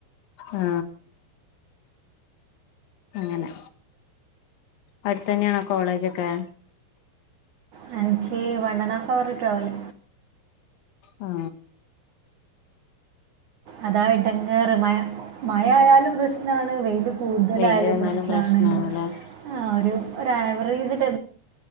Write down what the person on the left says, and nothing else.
ആ അങ്ങനെ അടുത്തന്നെയാണോ കോളേജൊക്കെ?
ആ
വെയില് വന്നാലും
പ്രശ്നാണല്ലോ